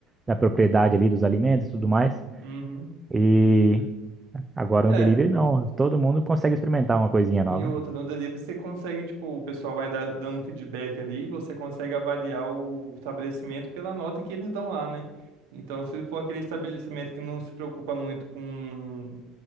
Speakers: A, on the right (about 15°); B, on the right (about 80°).
A: da propriedade ali dos alimentos e tudo mais.
B: Uhum.
A: E agora
B: É,
A: no delivery não, todo mundo consegue experimentar uma coisinha
B: e
A: nova.
B: outra, no delivery você consegue, tipo, o pessoal vai dar- dando feedback ali, você consegue avaliar o estabelecimento pela nota que eles dão lá, né? Então, se for aquele estabelecimento que não se preocupa muito com